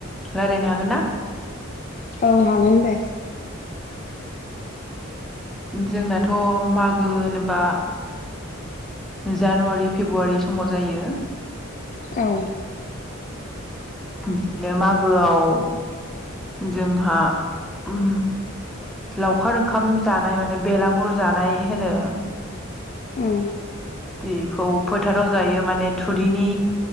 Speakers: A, in the centre; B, on the left.
A: रायलायनो हागोन ना?
B: औ हागोन दे।
A: जोंनाथ' मागो बा जानुवारि फेब्रुवारि समाव जायो।
B: औ।
A: बिदिनो मागोआव जोंहा उम लावखार ओंखाम जानाय माने बेला गुरजानाय होनो।
B: औ
A: बेखौ फोथाराव जायो माने थुरिनि